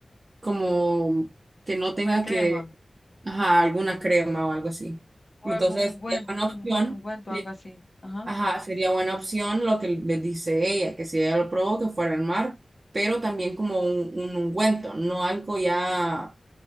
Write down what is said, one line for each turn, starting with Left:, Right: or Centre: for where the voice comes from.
Right: como que no tenga
Left: Una crema
Right: que, ajá, alguna crema o algo así. Entonces,
Left: o algún ungüento,
Right: sería buena
Left: un
Right: opción,
Left: buen ungüento,
Right: sí,
Left: algo así. Ajá.
Right: ajá, sería buena opción lo que le dice ella, que si ella lo probó, que fuera al mar, pero también como un, un ungüento, no algo ya